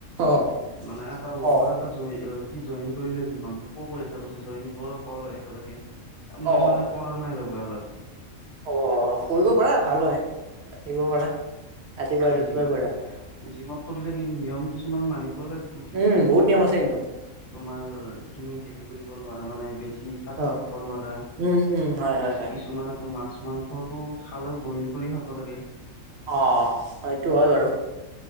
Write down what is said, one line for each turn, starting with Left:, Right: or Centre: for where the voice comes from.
Right: অ'।
Left: মানে এটা
Right: অ
Left: লগৰ এটা জই অ', সি জইন কৰিলে জীমত মোকো কৈ আছে কৈছে জইন কৰ কৰ একেলগে এ,
Right: অ
Left: মই মানে কৰা নাই ৰ'বা অলপ
Right: অ', কইব পাৰা ভাল হয় <unintelligible> পাৰা। ৰাতিপুৱা
Left: অ',
Right: ৰাতিপুৱাই
Left: জিম
Right: বঢ়িয়া হয়
Left: জিমত কৰিলে কি নিয়ম কিছুমান মানিব লাগি
Right: উম বহুত নিয়ম আছে কিন্তু।
Left: তোমাৰ তুমি হেৰি কৰিব নোৱাৰা মানে বেছি খাদ্য
Right: অ
Left: খাব নোৱাৰা,
Right: উম উম হয়
Left: কিছ
Right: হয় হয়
Left: কিছুমানেটো মাছ মাংসটো খালেও বইল কৰি খাব লাগে।
Right: অ', সইটো হয় বাৰু।